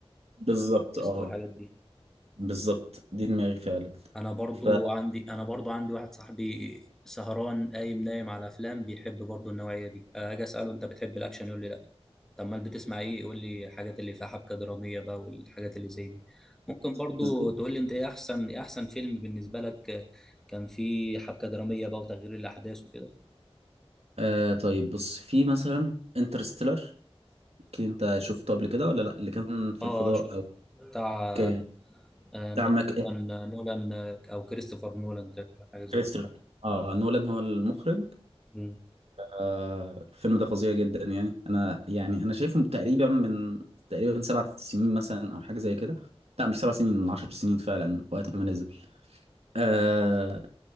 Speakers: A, on the right; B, in the centre.
A: بالظبط
B: والتويست
A: اه
B: والحاجات دي
A: بالظبط دي دماغي فعلا
B: انا برضو
A: ف
B: عندي انا برضو عندي واحد صاحبي سهران قايم نايم على افلام بيحب برضو النوعيه دي آه، اجي اساله انت بتحب الاكشن يقول لي طب امال بتسمع ايه قول لي الحاجات اللي فيها حبكه دراميه بقى والحاجات اللي زي دي ممكن برضو
A: بالظبط
B: تقول لي انت ايه احسن ايه احسن فيلم بالنسبه لك آه، كان فيه حبكه دراميه بقى وتغيير الاحداث وكده
A: آه طيب بص في مثلا انترستيلر اكيد انت شفته قبل كده ولا لا اللي كان في
B: اه
A: الفضاء
B: شوف
A: او
B: بتاع
A: كان
B: آه،
A: بتاع
B: نو-
A: ماك
B: نولان نولان آه، او كريستوفر نولان تقريبا حاجه زي
A: انترستيلر
B: كده
A: اه نولان هو المخرج
B: مم.
A: آه الفيلم ده فظيع جدا يعني انا يعني انا شايفه تقريبا من تقريبا سبع سنين مثلا او حاجه زي كده لا مش سبع سنين من عشر سنين فعلا وقت ما نزل آه